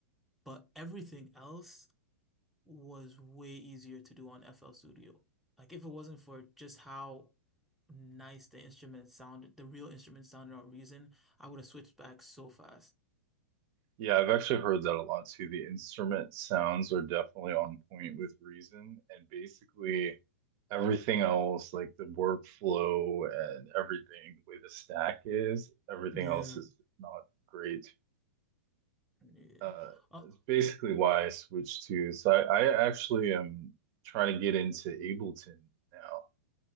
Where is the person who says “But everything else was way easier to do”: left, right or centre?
Centre